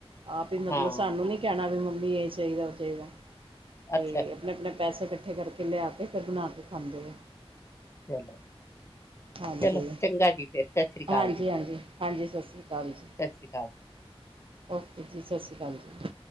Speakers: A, on the right (about 60°); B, on the left (about 25°).
A: ਆਪ ਈ ਮਤਲਬ
B: ਹਾਂ,
A: ਸਾਨੂੰ ਨੀ ਕੈਂਣਾ, ਵੀ ਮੰਮੀ ਏ ਚਾਈਦੈ, ਓ ਚਾਈਦੈ
B: ਅੱਛਾ,
A: ਤੇ ਅਪਨੇ-ਅਪਨੇ ਪੈਸੇ ਕੱਠੇ ਕਰਕੇ, ਲਿਆਕੇ ਫੇਰ ਬਣਾ ਕੇ ਖਾਂਦੇਨੇ।
B: ਚਲੋ
A: ਹਾਂਜੀ
B: ਚਲੋ ਚੰਗਾ ਜੀ, ਫੇਰ। ਸਤਿ ਸ੍ਰੀ ਅਕਾਲ
A: ਹਾਂਜੀ,
B: ਜੀ,
A: ਹਾਂਜੀ-ਹਾਂਜੀ ਸਸਰੀ ਅਕਾਲ ਜੀ।
B: ਸਤਿ ਸ੍ਰੀ ਅਕਾਲ।
A: ਓਕੇ ਜੀ, ਸਸ ਸ੍ਰੀ ਅਕਾਲ ਜੀ।